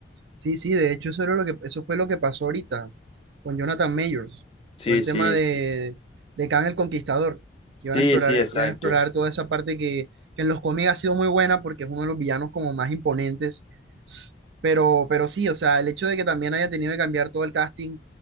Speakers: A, on the right; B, on the left.
A: Sí, sí, de hecho eso era lo que, eso fue lo que pasó ahorita con Jonathan Majors,
B: Sí,
A: todo el
B: sí,
A: tema de,
B: sí.
A: de Kang el Conquistador, que iban
B: Sí,
A: a explorar,
B: sí, exacto.
A: iban a explorar toda esa parte que, que en los cómics ha sido muy buena porque es uno de los villanos como más imponentes, pero, pero sí, o sea, el hecho de que también haya tenido que cambiar todo el casting